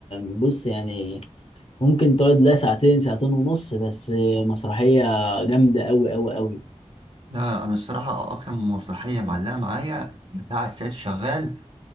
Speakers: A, on the left (about 55°); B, on the right (about 55°).
A: بص يعني ممكن تقعد لها ساعتين ساعتين ونص بس مسرحية جامدة أوي أوي أوي
B: لا انا الصراحه اكتر من مسرحيه معلقه معايا بتاع السيد شغال